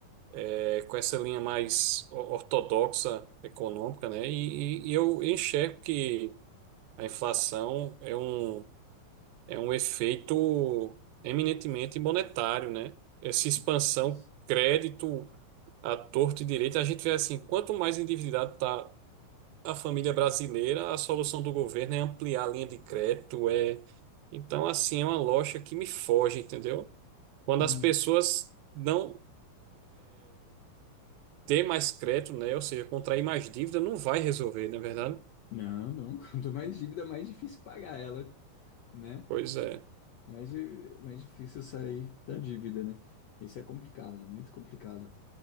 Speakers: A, on the right; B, on the left.
A: é, com essa linha mais o- ortodoxa econômica, né? E, e, e eu enxergo que a inflação é um, é um efeito eminentemente monetário, né? Essa expansão.
B: Com certeza.
A: Crédito a torto e direito, a gente vê assim, quanto mais endividado está a família brasileira, a solução do governo é ampliar a linha de crédito, é... Então, assim, é uma lógica que me foge, entendeu? Quando
B: Hum.
A: as pessoas não têm mais crédito, né, ou seja, contrair mais dívida, não vai resolver, não é verdade?
B: Não, não. <laughs> Quanto mais dívida, mais difícil pagar ela, né?
A: Pois é.
B: Mais, di- mais difícil sair da dívida, né? Isso é complicado, muito complicado